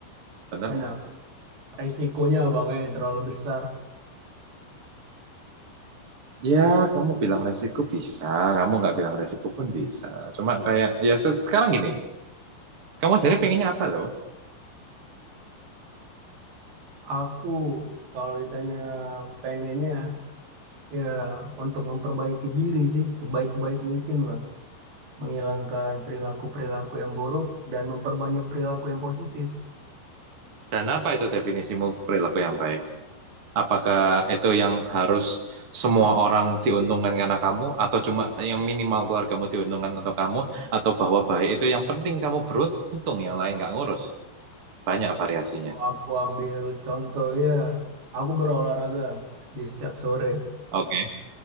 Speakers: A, on the right; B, on the right.
A: Bener
B: benar.
A: nggak?
B: Resikonya bang eh, terlalu besar.
A: Ya, kamu bilang resiko bisa, kamu nggak bilang resiko pun bisa. Cuma kayak, ya se- sekarang gini, kamu sendiri pengennya apa loh?
B: Aku kalau ditanya pengennya ya untuk memperbaiki diri sih sebaik-baik mungkin lah, menghilangkan perilaku-perilaku yang buruk dan memperbanyak perilaku yang positif.
A: Dan apa itu definisimu perilaku yang baik? Apakah itu yang harus semua orang diuntungkan karena kamu, atau cuma yang minimal keluargamu diuntungkan untuk kamu, atau bahwa baik itu yang penting kamu beruntung, yang lain nggak ngurus? Banyak variasinya.
B: Kalau aku ambil contoh ya, aku berolahraga di setiap sore.
A: Oke.